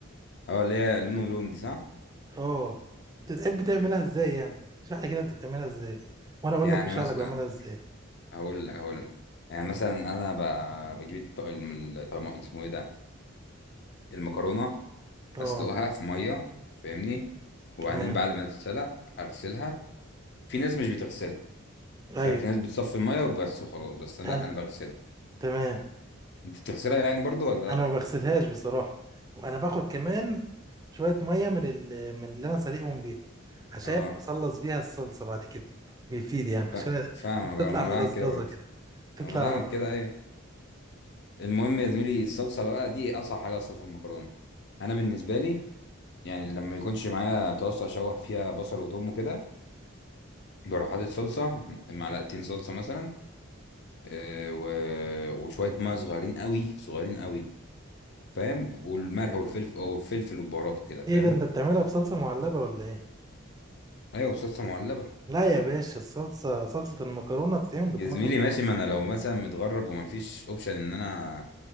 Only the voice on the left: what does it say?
أه اللي هي لونه لون دي صح
يعني
مثلا
هقول لك هقول لك يعني مثلا انا ب- بجيب الط- الم- الطعم- اسمه ايه ده المكرونه
اسلقها في ميه فاهمني وبعدين
بعد ما تتسلق اغسلها في ناس مش بتغسلها فاهم
في ناس بتصفي الميه وبس وخلاص بس لا
انا بغسلها
انت بتغسلها يعني برضو ولا لا
اه
ف- فاهمك
اه ما انا
بعمل كده برضو
ما انا بعمل
كده ايوه المهم يا زميلي الصلصه بقى دي اصعب حاجه اصلا في المكرونه انا بالنسبه لي يعني لما يكونش معايا طاسه اشوح فيها بصل وتوم وكده بروح حاطط صلصة معلقتين صلصة مثلا آه، و... وشوية مية صغيرين قوي صغيرين قوي فاهم والملح والفلفل او الفلفل والبهارات وكده فاهم
ايوه بصلصة معلبة
يا زميلي
ماشي ما انا لو مثلا متغرب ومفيش اوبشن ان انا